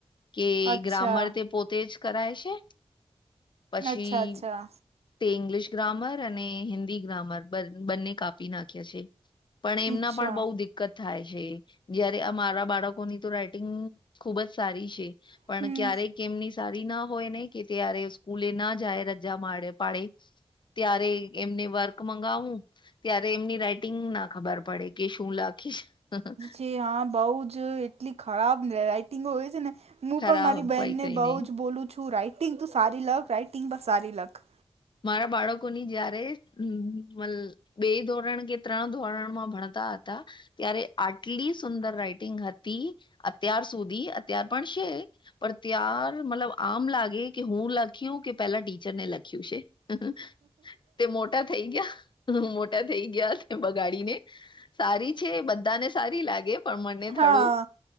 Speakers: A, on the left; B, on the right.
A: કે
B: અચ્છા
A: ગ્રામર તે પોતે જ કરાય છે પછી.
B: અચ્છા અચ્છા
A: તે ઇંગ્લિશ ગ્રામર અને હિન્દી ગ્રામર બંને કાપી નાખ્યા છે. પણ એમના
B: અચ્છા
A: પણ બહુ દિક્કત થાય છે, જયારે મારા બાળકોની તો રાઈટિંગ ખુબ જ સારી છે,
B: હમ
A: પણ ક્યારેક કેમની સારી ના હોય ને, કે ત્યારે સ્કૂલે ના જાય, રજા પાડે. ત્યારે એમને વર્ક મગાવું, ત્યારે એમની રાઈટિંગ ના ખબર પડે કે શું લાગે. <unintelligible>
B: જે હા બઉ જ એટલી ખરાબ રાઈટિંગો હોય છે ને. હું
A: ખરાબ
B: પણ મારી બહેનને
A: કોઈ કઈ
B: બહુ
A: નહી
B: જ બોલું છું રાઈટિંગ ત સારી લખ રાઈટિંગ પણ સારી લખ.
A: મારા બાળકોની જયારે બે ધોરણ કે ત્રણ ધોરણ માં ભણતા હતા. ત્યારે આટલી સુંદર રાઈટિંગ હતી, અત્યાર સુધી અત્યાર પણ છે. પણ ત્યાર મતલબ આમ લાગે કે હું લખ્યું કે પેલા ટીચરને લખ્યું છે. હ તે મોટા થઈ ગયા. હ મોટા થઈ ગયા છે બગાડીને, સારી છે બધા ને સારી લાગે. પણ મને થડું
B: હા